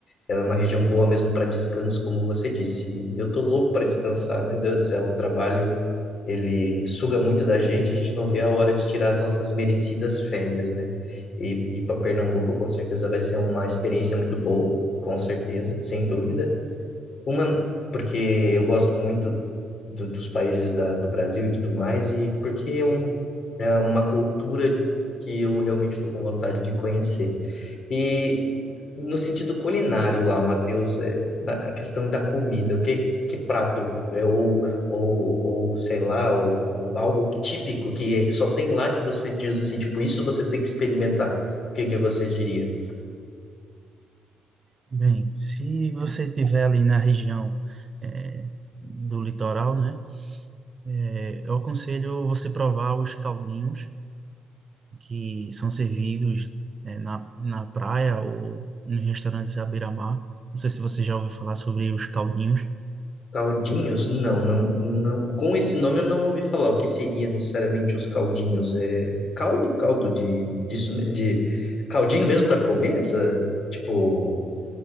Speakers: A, on the left (about 60°); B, on the right (about 35°).
A: ela é uma região boa mesmo para descanso, como você disse. E eu tô louco para descansar, meu Deus do céu, o trabalho ele suga muito da gente, a gente não vê a hora de tirar as nossas merecidas férias, né? E ir para Pernambuco com certeza vai ser uma experiência muito boa, com certeza, sem dúvida. Uma, porque eu gosto muito do- dos países da, do Brasil e tudo mais, e porque é, um, é uma cultura que eu realmente estou com vontade de conhecer. E no sentido culinário lá, Matheus, é, da- a questão da comida, o que, que prato, é, ou, ou, ou sei lá, ou, ou algo típico que é- só tem lá que você diz assim, tipo, isso você tem que experimentar. O que que você diria?
B: Bem, se você estiver ali na região eh, do litoral, né, eh, eu aconselho você provar os caldinhos que são servidos eh, na, na praia ou nos restaurantes à beira-mar. Não sei se você já ouviu falar sobre os caldinhos.
A: Caldinhos? Não, não, não. Com esse nome eu não ouvi falar. O que seria necessariamente os caldinhos? É caldo? Caldo de, disso, de caldinho mesmo para comer? Essa, tipo,